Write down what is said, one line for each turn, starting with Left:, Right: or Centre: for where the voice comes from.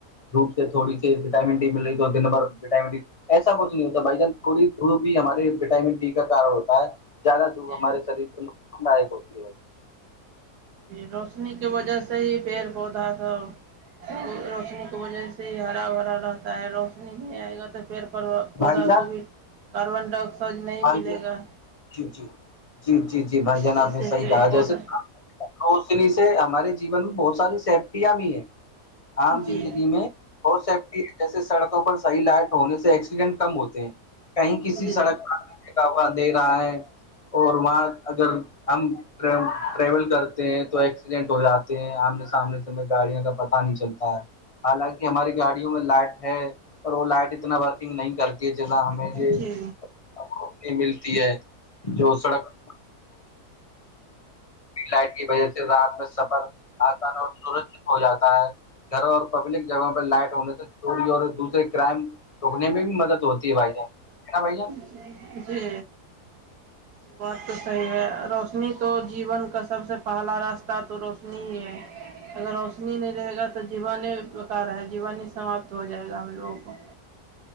Left: دوپ سے تھوڑی سی وٹامن ڈی مل رہی تو دن بھر وٹامن ڈ ایسا کچھ نہیں ہوتا بھائی جان تھوڑی تھو بھی ہمارے وٹامن ڈی کا کار ہوتا ہے زیادہ دھوھ
Right: جی
Left: ہمارےریر پ نصان دائک ہوتی ہے
Right: روشنی کے وجہ سے ہی پیڑ پودا سب روشنی وجہ سے ہی ہرا بھرا رہتا ہے روشنی نہیں آئے گا تو پھر پودا
Left: بھائی جان
Right: کو بھی کاربن ڈائی آکسائڈ نہیں
Left: بھائی
Right: ملے
Left: جان
Right: گا
Left: جی جی جی جی جی بھائی
Right: اس
Left: جان آپ نے
Right: سے
Left: صح
Right: پیڑ
Left: کہا
Right: پودا
Left: جیسے روشنی سے ہمارے جیون میں بہت ساری سیفٹیاں بھی ہیں عام زندگی
Right: جی
Left: میں <unintelligible> بہت سیفٹی ہے جیسے سڑکوں پر صحی لائٹ ہونے سے ایکسیڈنٹ کم ہوتے ہیں <unintelligible> کہیں کسی
Right: جی
Left: سڑک پر دا ہوا دے رہا ہے اور وہاں اگر ہم ٹریول کر تو ایکسیڈنٹ ہو جاتے ہیں آمنے سامنے سےیں گاڑیوں کا پتا نہیں چلتا ہے <unintelligible> حالانکہ ہماری گاڑیوں میں لائٹ ہے اور وہ لائٹ اتنا ورکنگ نہیں کرتی ہے جنا <unintelligible> متی
Right: جی
Left: ملتی ہے جو سڑک <unintelligible> فلائٹ کی وجہ سے رات میں سفر آسان اور سرچ ہو جاتا <unintelligible> گھروں اور پبلک جگہ پہ لائٹ ہونے سے چوری اور دوسرے کرائم <unintelligible> روکنے میں بھی مدد ہوتی ہے بھائی جان ہے نا بھائی جان
Right: جی بات تو صحیح ہے روشنی <unintelligible> تو جیون کا سب سے پہلا راستہ تو روشنی ہی ہے اگر روشنی نہیں رہے گا تو جیوانی بکار ہے جیوانی سماپت تو ہو جائے گا ہم لوگوں کو